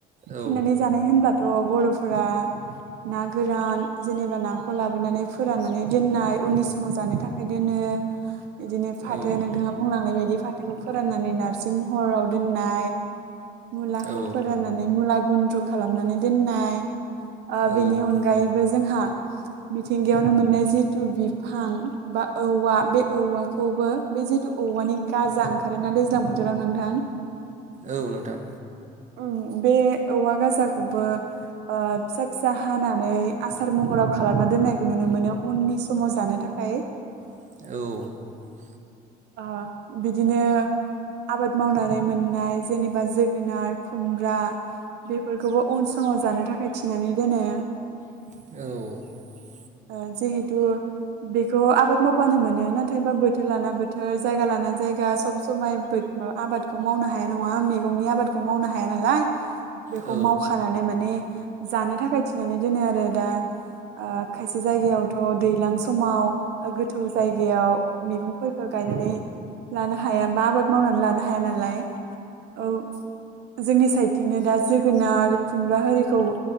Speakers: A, on the right; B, on the right.
A: औ
B: थिनानै जानाय होनबाथ' बर' फोर ना गोरान जेनेबा नाखौ लाबोनानै फोराननानै दोननाय उननि समाव जानो थाखाय दोनो। बिदिनो फाथो
A: औ
B: नोंथाङा बुंलांनाय बायदि बेखौ फोराननानै नार्जि महराव दोननाय। <inaudible> मुलाखौ
A: औ
B: फोराननानै मुला गुन्द्रु खालामनानै दोननाय ओ
A: औ
B: बेनि अनगायैबो जोंहा मिथिंगायावनो मोननाय जिथु बिफां बा औवा बे औवाखौबो बे जिथु औवानि गाजा ओंखारोना दैज्लां बोथोराव नोंथां
A: औ नोंथां
B: ओम बे औवा गाजाखौबो फिसा फिसा हानानै आसार महराव खालामना दोननायखौ नुनो मोनो उननि समाव जानो थाखाय।
A: औ
B: ओ बिदिनो आबाद मावनानै मोननाय जेनेबा जोगोनार खुमब्रा बेफोरखौबो उन समाव जानो थाखाय थिनानै दोनो।
A: औ
B: ओ जिहेथु बेखौ आबाद मावबानो मोनो नाथायबा बोथोर लाना बोथो बोथोर जायगा लाना जायगा सब समाय माबा आबादखौ मावनो हाया नङा मैगंनि आबादखौ मावनो हाया नालाय। बेखौ
A: औ
B: मावखानानै माने जानो थाखाय थिनानै दोनो आरो दा ओ खायसे जायगायावथ' दैज्लां समाव गोथौ जायगायाव मैगं गायनानै लानो हाया बा आबाद मावनानै लानो हाया नालाय। <inaudible> औ जोंनि साइथिंनो दा जोगोनार खुमब्रा आरिखौ